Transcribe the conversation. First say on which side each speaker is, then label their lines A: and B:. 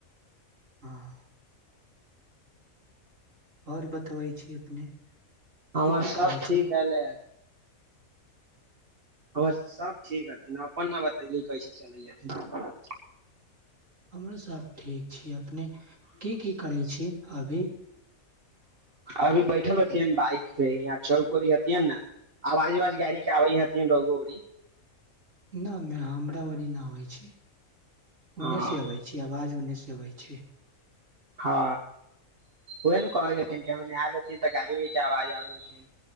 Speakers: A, on the right (about 65°); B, on the right (about 45°).
A: हँ आओर बात बतबै छी अपने
B: हमर
A: की की
B: सब
A: करै
B: ठीक
A: छी
B: हले आर सब ठीक हथिन अपन न बतैे कैसे चलै हथिन
A: हमरेसब ठीक छी अपने की की करै छी अभी
B: अभी बैठल रहतियै बाइक पे या चौक उरीी हथिियन ने आवाज आवाज गाड़ी के आबै हथिन रोगो वरीी
A: न मै हमरावरी न आबै छी उन्नेस
B: हँ
A: से अबै छै आवाज उन्नैस आबै छै
B: हँ उह ने कहै हथिन आयल हथिन तऽ गाड़ी उड़ी के आवाज आबैथिन